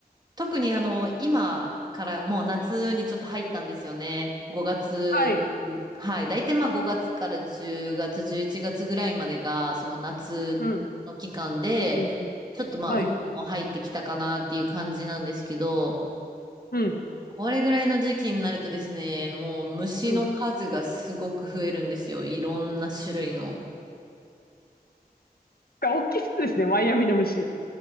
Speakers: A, on the right (about 25°); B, on the left (about 70°).
A: 特にあの、今からもう夏にちょっと入ったんですよね。5月、
B: はい。
A: はい。大体まあ5月から10月、11月ぐらいまでが、その夏の期間で、
B: うん。うん。うん。
A: ちょっとまあ雨季にも入ってきたかなっていう感じなんですけど、
B: はい。うん。
A: これぐらいの時期になるとですね、もう虫の数がすごく増えるんですよ。
B: うん。
A: いろんな種類の。
B: が、大きそうですね、マイアミの虫。